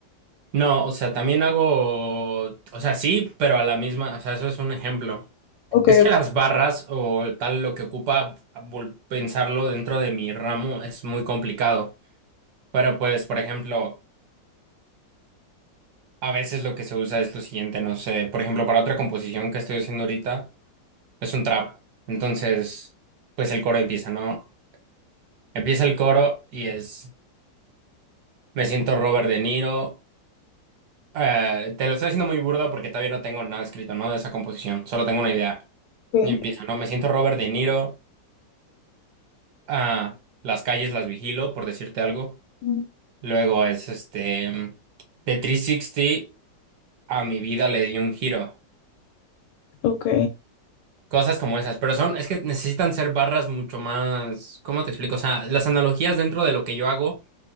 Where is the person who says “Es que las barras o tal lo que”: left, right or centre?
Right